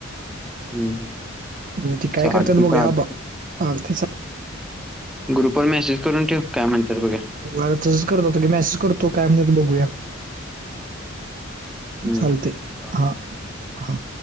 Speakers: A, in the centre; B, on the right.
A: हम्म
B: ग ते काय
A: चालतंय
B: करतात बघ्याबालते
A: चालतंय ग्रुप वर मेसेज करून ठेव काय म्हणतात बघ
B: हो तसच करत होता की मेसेज करतो काय म्हणत बघूया
A: हम्म
B: चालते
A: चालतंय
B: हा हा